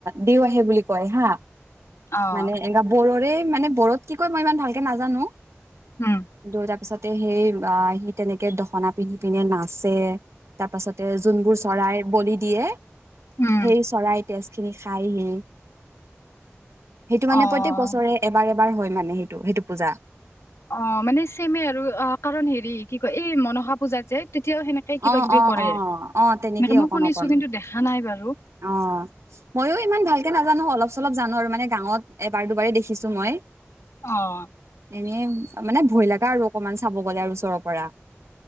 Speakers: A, on the right; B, on the left.
A: দেউ আহে বুলি কয় হা।
B: অ',
A: মানে এনেকা বড়োৰ টোৱে মানে বড়োত কি কয় মই ইমান ভালকে নাজানো।
B: উম,
A: কিন্তু তাৰপিছত সেই অ', সি তেনেকে দখনা পিন্ধি পিনে নাচে। তাৰ পাছত যোনবোৰ চৰাই বলি দিয়ে,
B: উম,
A: সেই চৰাইত তেজখিনি খাইহি। সেইটো মানে
B: অ',
A: প্ৰত্যেক বছৰে এবাৰ এবাৰ হয় মানে সেইটো সেইটো পূজা।
B: অ', মানে ছেমে আৰু। অ', কাৰণ হেৰি কি কয় এই মনসা পূজাত যে তেতিয়াও সেনেকেই কিবা-কিবি
A: অ অ
B: কৰে।
A: অ অ তেনেকেই
B: মানে মই
A: অকণ
B: শুনিছো
A: অকণ
B: কিন্তু দেখা নাই বাৰু।
A: অ', ময়ো ইমান ভালকে নাজানো। অলপ-চলপ জানো আৰু। মানে গাঁৱত এবাৰ-দুবাৰেই দেখিছো মই।
B: অ'।
A: এনে মানে ভয় লাগা আৰু অকমান চাব গ'লে আৰু ওচৰৰ পৰা।